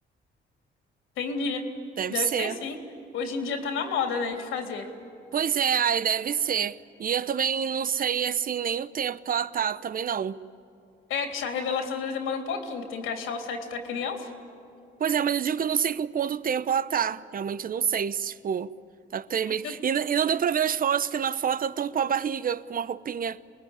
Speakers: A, on the left (about 85°); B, on the right (about 45°).
A: Entendi.
B: deve
A: Deve
B: ser.
A: ser sim. Hoje em dia tá na moda, né, de fazer.
B: Pois é, aí deve ser. E eu também não sei, assim, nem o tempo que ela tá, também não.
A: É que a revelação às vezes demora um pouquinho, que tem que achar o sexo da criança.
B: Pois é, mas eu digo que eu não sei com quanto tempo ela tá. Realmente eu não sei, se, tipo, tá com três meses.
A: Eu...
B: E, n- e não deu pra ver as fotos, que na foto ela tampou a barriga com uma roupinha.